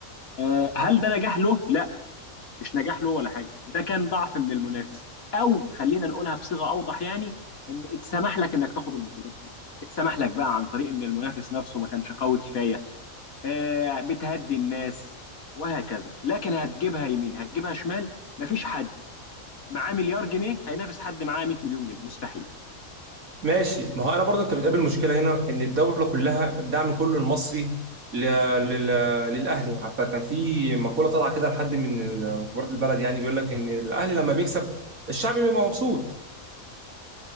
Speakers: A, on the left; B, on the right.
A: آه، هل ده نجاح له لا مش نجاح له ولا حاجه ده كان ضعف من المنافس او خلينا نقولها بصيغه اوضح يعني ان اتسمح لك انك تاخد البطولات دي اتسمح لك بقى عن طريق ان المنافس نفسه ما كانش قوي كفايه آه، بتهدي الناس وهكذا لكن هتجيبها يمين هتجيبها شمال مفيش حد معاه مليار جنيه هينافس حد معاه 100 مليون جنيه مستحيل
B: ماشي ما هو انا برضه انت بتقابل مشكله هنا ان الدوله كلها الدعم كله المصري ل- لل- للاهلي حتى كان في مقوله طالعه كده لحد من ال- من كبار البلد يعني بيقول لك ان الاهلي لما بيكسب الشعب بيبقى مبسوط